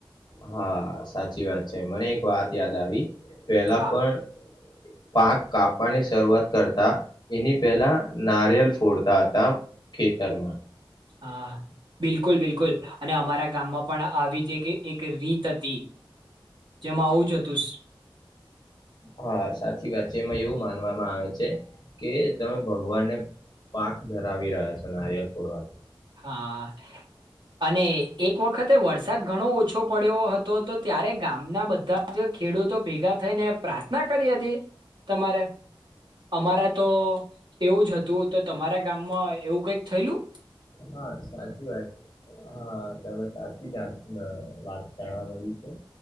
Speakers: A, on the left (about 55°); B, on the right (about 60°).
A: હા સાચી વાત છે મને એક વાત યાદ આવી પેલા
B: હા
A: પણ પાક કાપવાની શરૂઆત કરતા એની પહેલા નારિયેલ ફોડતા હતા ખેતરમાં
B: હા બિલકુલ બિલકુલ અને અમારા ગામમાં પણ આવી જે કે એક રીત હતી જેમાં આવું જ હતું.
A: હા સાચી વાત છે એમાં એવું માનવામાં આવે છે કે તમે ભગવાનને પાક ધરાવી રહ્યા છો નારિયલ ફોડવાથી
B: હા અને એક વખતે વરસાદ ઘણો ઓછો પડ્યો હતો તો ત્યારે ગામના બધા જ ખેડૂતો ભેગા થઈને પ્રાર્થના કરી હતી તમારે અમારા તો એવું જ હતું તો તમારા ગામમાં એવું કંઈક થયલું
A: હા સાચી વાત હા તમે સાચી <inaudible> વાત જાણવા મળ્યું છે.